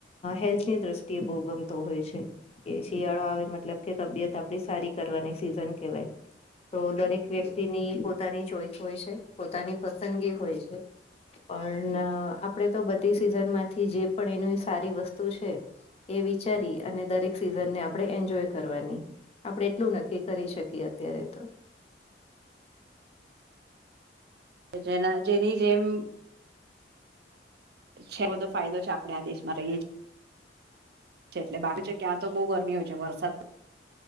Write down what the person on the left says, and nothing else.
હેલ્થની દ્રષ્ તે બહુ ગમતો હોય છે. કે શિયાળો આવે મતલબ કે તબિયત આપડી સારી કરવાની સિઝન કેવાય. તો દરેક વ્યક્તિની પોતાની ચોઈસ હોય છે, પોતાની પસંદગી હોય છે. પણ આપણેે તો બધી સિઝનમાંથી જે પણ એની સારી વસ્તુ છે. એ વિચારી અને દરેક સિઝનને આપણે એન્જોય કરવાની. આપણે એટલું નક્કી કરી શકીએ અત્યારે તો.